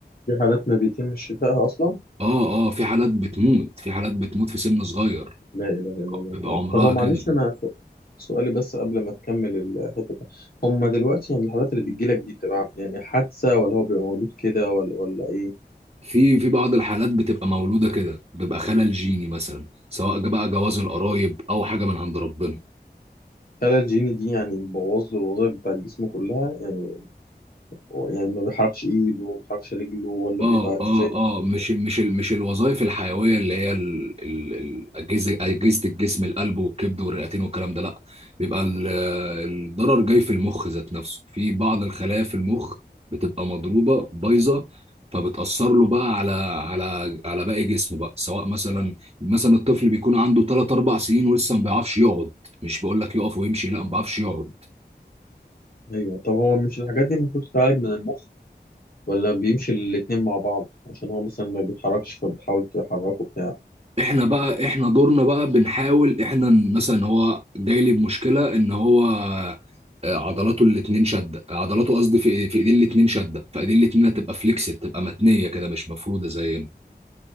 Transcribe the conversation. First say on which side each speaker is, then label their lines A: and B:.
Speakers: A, on the left; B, on the right.
A: في حالات ما بيتم شفائها اصلا
B: اه آه، في حالات بتموت في حالات بتموت في سن صغير
A: لا اله الا
B: بيبقى
A: الله
B: عمرها
A: طب هو معلش
B: كده
A: انا س- سؤالي بس قبل ما تكمل الحته دي هما دلوقتي يعني الحالات اللي بتجيلك دي بتبقى يعني حادثه ولا هو بيبقى مولود كده ولا ولا ايه
B: في في بعض الحالات بتبقى مولودة كده بيبقى خلل جيني مثلا سواء بقى جواز القرايب او حاجة من عند ربنا
A: خلايا الجيني دي يعني بتبوظ له الوظائف بتاع الجسم كلها يعني هو يعني ما بيحركش ايده وما بيحركش رجله ولا
B: اه
A: بيبقى
B: اه
A: ازاي
B: اه مش مش ال- مش الوظائف الحيويه اللي هي ال- ال- الاجهزه اجهزه اجهزه الجسم القلب والكبد والرئتين والكلام ده لا بيبقى ال- الضرر جاي في المخ ذات نفسه في بعض الخلايا في المخ بتبقى مضروبه بايظه فبتاثر له بقى على على على باقي جسمه بقى سواء مثلا مثلا الطفل بيكون عنده 3 4 سنين ولسه ما بيعرفش يقعد مش بقول لك يقف ويمشي لا ما بيعرفش يقعد
A: ايوه طب هو مش الحاجات دي المفروض تتعالج من المخ ولا بيمشي الاتنين مع بعض عشان هو مثلا ما بيتحركش فبتحاول تحركه بتاع
B: احنا بقى احنا دورنا بقى بنحاول احنا ن- مثلا هو جاي لي بمشكله ان هو آه، عضلاته الاتنين شده عضلاته قصدي في في ايدين الاتنين شده فايدين الاتنين هتبقى فليكسد تبقى متنيه كده مش مفروده زينا